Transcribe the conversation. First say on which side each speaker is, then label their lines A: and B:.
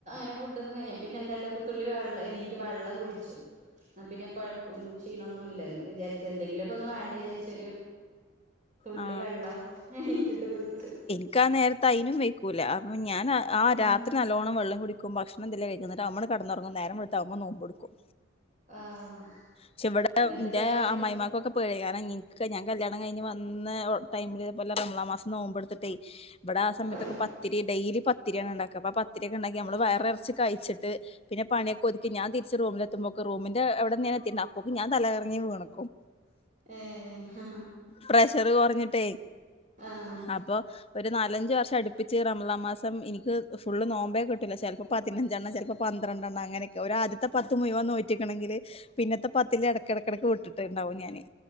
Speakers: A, on the right; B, on the left.
A: ന്നും ക പിന്നെന്തായിട്ടൊ തത്തുള്ളി വെള്ളം എണീറ്റ് വെള്ളം കുടിച്ചും എന്ന പിന്നെ കുഴക്കും ക്ഷീണമന്നുമില്ല വിചാരിച്ച എന്തെങ്കിലൊക്കെ ഒന്ന് വേണ്ട വിചാരിച്ചൊ ഒരു തുള്ളി
B: ആ
A: വെള്ളം എണീറ്റിട്ട് കുടിച്ചു
B: ക്കാൻ നേരത്തെ അതിനും വെക്കൂല അപ്പ ഞാൻ ആ
A: ഉം
B: രാത്രി നല്ലോണം വെള്ളം കുടി- ക്കും ഭക്ഷണം എന്തേലും കഴിക്കുംഎന്നിട്ട് നമ്മള് കിടന്നുറങ്ങും നേരം വെളുത്താവുമ്പോ മ്നോമ്പ് എടുക്കും
A: ആഹ്
B: പക്ഷെ ഇവിടെ
A: എന്നിട്ട്
B: എന്റെ
A: വേറെത്തൊക്കെ
B: അമ്മായിമാർക്കൊക്കെ പഴ കാരണം എനിക്ക് ഞാൻ കല്യാണം കഴിഞ് വന്ന ടൈമില് പോലെ രമളാ മാസം നോമ്പ് എടുത്തിട്ടേ ഇവിടെ ആ സമയത്തൊക്കെ
A: ആഹ്
B: പത്തിരി ഡെയിലി പത്തിരിയാണ് ഇണ്ടാക്ക അപ്പൊ പത്തിരിയൊക്കെ ഉണ്ടാക്കി നമ്മള്
A: ആഹ്
B: വയറ് നിറച്ച് കഴിച്ച്ട്ട് പിന്നെ പണിയൊക്ക ഒതുക്കി ഞാൻ തിരിച്ച് റൂമില് എത്ത്പോക്കും റൂമിന്റെവിടെന്നെ എത്തി അപ്പോഴ്ക്ക് ഞാൻ തലകറങ്ങി വീണു
A: ഏഹ്
B: പ്രഷറ് കൊർഞ്ഞിട്ടേ
A: ആഹ്
B: അപ്പൊ ഒരു നാലഞ്ച വർഷം അടുപ്പിച്ച് റമളാ മാസം എനിക്ക് ഫുള്ള് നോമ്പേ കിട്ടില്ല ചിലപ്പോ പതിനഞ്ചെണ്ണം ചിലപ്പോ പന്ത്രണ്ടെണ്ണം അങ്ങനെയൊക്കെ ഒരു ആദ്യത്തെ പത്ത് മുയുവൻ നോറ്റിക്ക്ണങ്കില് പിന്നത്തെ പത്തില്ൽ ഇടക്കിടക്കിടക്ക് വിട്ടിട്ട്ണ്ടാവും ഞാന്